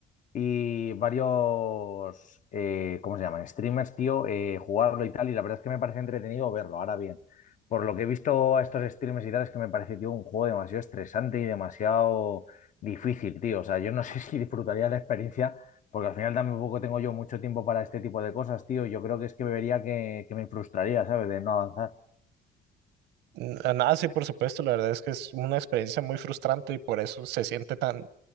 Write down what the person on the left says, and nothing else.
y varios, eh, ¿cómo se llaman? Streamers, tío, eh, jugarlo y tal, y la verdad es que me parece entretenido verlo. Ahora bien, por lo que he visto a estos streamers y tal, es que me parece, tío, un juego demasiado estresante y demasiado difícil, tío. O sea, yo no sé <laughs> si disfrutaría la experiencia, porque al final tampoco tengo yo mucho tiempo para este tipo de cosas, tío. Yo creo que es que vería que, que me frustraría, ¿sabes? De no avanzar.